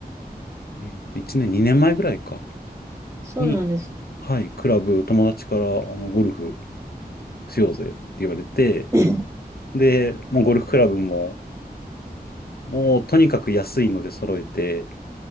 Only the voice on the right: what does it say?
そうなんです。
<laughs>